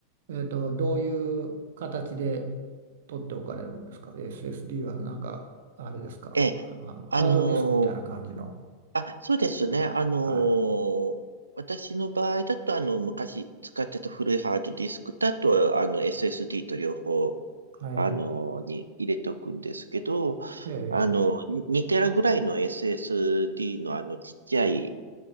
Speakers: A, on the right (about 60°); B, on the right (about 80°).
A: えっと、どういう形で取っておかれるんですか ?SSD はなんか、あれですかあの、
B: ええ、
A: ハードディスクみたいな感じの。
B: あのーあ、そうですね。あのー私の場合だと、
A: は
B: あの、昔使ってた古いハードディスクだと、あの、SSD と両方、
A: い。はい。
B: あの、に入れておくんですけど、
A: ええ、
B: あの、に2テラぐらいの SSD のあのちっちゃい